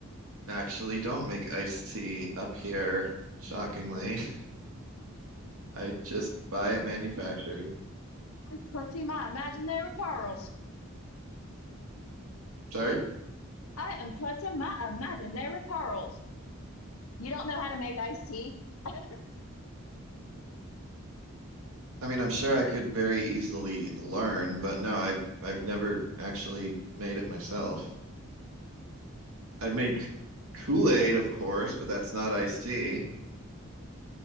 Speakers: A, on the right; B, on the left.
A: actually don't make iced tea up here, shockingly. I just buy it manufactured.
B: I'm clutching my imaginary pearls.
A: Sorry?
B: I am clutching my imaginary pearls. You don't know how to make iced tea? <laughs>
A: I mean, I'm sure I could very easily learn, but no, I've I've never actually made it myself. I've made K- Kool-Aid, of course, but that's not iced tea.